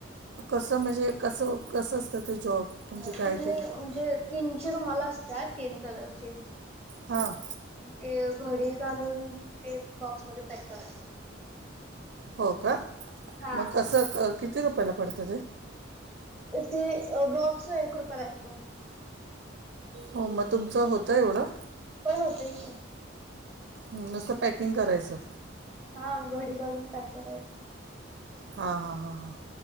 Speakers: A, on the right; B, in the centre.
A: कसं म्हणजे कस कसं असतं. ते जॉब म्हणजे
B: तु
A: काय
B: म्हणजे
A: ते
B: तीन रुमाला असत तीन कलरचे.
A: हां
B: ते घडी घालून ते बॉक्समध्येध्ये पॅक करायचं.
A: हो का
B: हा.
A: मग कसं क किती रुपयाला पडतं ते.
B: ते बॉक्स एक रुपयाला एक बॉक्स.
A: हो मग तुमचं होतं एवढं.
B: होय होतेय की.
A: नसं पॅकिंग करायचं.
B: हा घडी घालून पाॅठ करायच
A: हा हा हां हां.